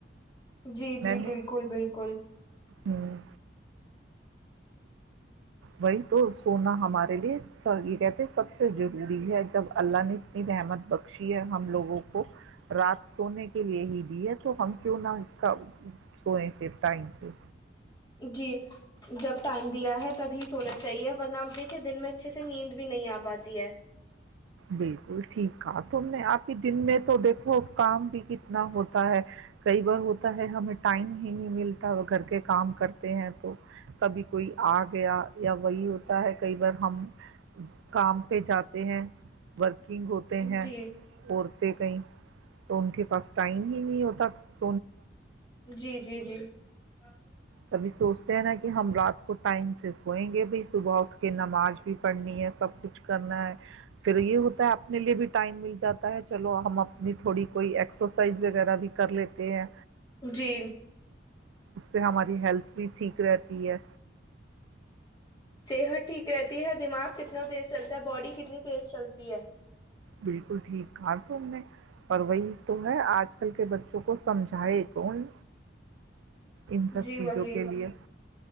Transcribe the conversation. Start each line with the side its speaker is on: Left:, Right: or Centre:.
Left: جی جی
Right: میں نے
Left: بالکل بالکل
Right: ہوں وہی تو سونا ہمارے لیے سارے کہتے سب سے ضروری ہے جب اللہ نے اتنی رحمت بخشی ہے ہم لوگوں کو رات سونے کے لیے ہی دی ہے تو ہم کیوں نہ اس کا سوئے پھر ٹائم سے
Left: جی جب ٹائم دیا ہے تبھی سونا چاہیے ورنہ دیکھیے دن میں اچھے سے نیند بھی نہیں آ پاتی ہے
Right: بالکل ٹھیک کہ تم نے آپ کے دن میں تو دیکھو کام بھی کتنا ہوتا ہے کئی بار ہوتا ہے ہمیں ٹائم ہی نہیں ملتا گھر کے کام کرتے ہیں تو کبھی کوئی آ گیا یا وہی ہوتا ہے کئی بار ہم کام پہ جاتے ہیں ورک کنگ ہوتے ہیں
Left: جی
Right: اور تھے کئی تو ان کے پاس ٹائم ہی نہیں ہوتا تک
Left: جی جی جی ہاں
Right: تبھی سوچتے ہیں نا کہ ہم رات کو ٹائم سے سوئیں گے بھائی صبح اٹ کے نماز بھی پڑھنی ہے سب کچھ کرنا ہے پھر یہ ہوتا ہے اپنے لیے بھی ٹائم مل جاتا ہے چلو ہم اپنی تھوڑی کوئی ایکسرسائز وغیرہ بھی کر لیتے ہیں
Left: جی
Right: اس سے ہمارے بھی ٹھیک رہتی ہے
Left: یہ ہٹ ٹھیک رہتی ہے دماغ کتنا تیز چلتا ہے باڈی کتنی تیز چلتی ہے
Right: بالکل ٹھیک کہا تم نے پر وہی تو ہے آج کل کے بچوں کو سمجھائے کون ان سب
Left: جی
Right: چیزوں
Left: وہی
Right: کے لے